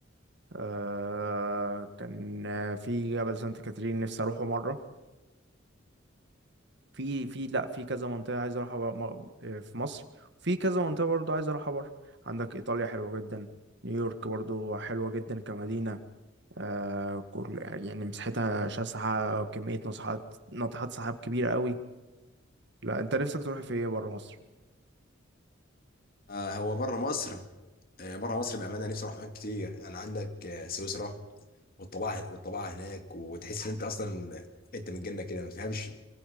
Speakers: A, on the right; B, on the left.
A: آه، كان آه، في جبل سانت كاترين نفسي اروحه مرة في في لا في كذا منطقة عايز اروحها بر- م- آه، في مصر في كذا منطقة برضو عايز اروحها بره عندك ايطاليا حلوة جدا نيويورك برضو حلوة جدا كمدينة آه كل يعني مساحتها شاسعة كمية ناطحات ناطحات سحاب كبيرة قوي لا انت نفسك تروح في ايه بره مصر
B: آه هو بره مصر آه بره مصر بامانه نفسي اروح اماكن كتير يعني عندك آه سويسرا والطبيعه والطبيعه هناك وتحس ان انت اصلا انت من الجنه كده ما تفهمش